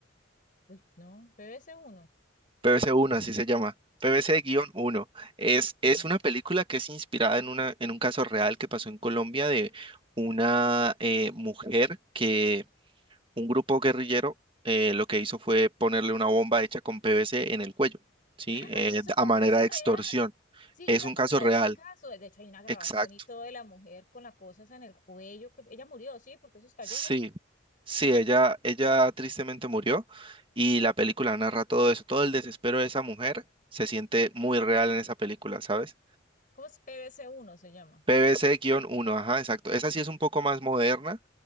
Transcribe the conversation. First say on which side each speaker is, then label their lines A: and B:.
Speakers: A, on the left; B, on the right.
A: Uy, no, BBC 1.
B: pbc uno así se llama. pbc uno Es,
A: No.
B: es una película que es inspirada en, una, en un caso real que pasó en Colombia de una eh, mujer que un grupo guerrillero eh, lo que hizo fue ponerle una bomba hecha con PVC en el cuello, ¿sí?
A: Ay,
B: Eh,
A: eso fue
B: a
A: un
B: manera
A: caso
B: de
A: real.
B: extorsión.
A: Sí,
B: Es
A: yo me
B: un
A: acuerdo
B: caso
A: de
B: real,
A: ese caso. De hecho, hay una grabación
B: exacto.
A: y todo de la mujer con las cosas en el cuello. Que fue- ella murió, sí, porque eso estalló.
B: Sí,
A: ¿no?
B: sí, ella, ella tristemente murió y la película narra todo eso, todo el desespero de esa mujer se siente muy real en esa película, ¿sabes?
A: ¿Cómo es? PBC uno se llama.
B: pvc uno, ajá, exacto. Esa sí es un poco más moderna.